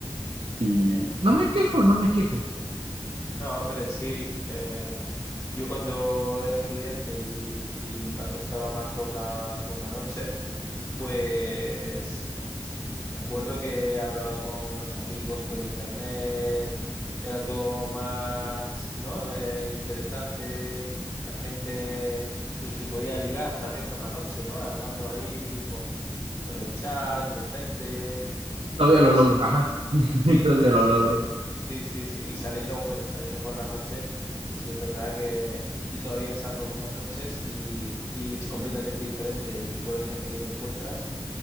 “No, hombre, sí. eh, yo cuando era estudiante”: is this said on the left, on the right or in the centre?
Left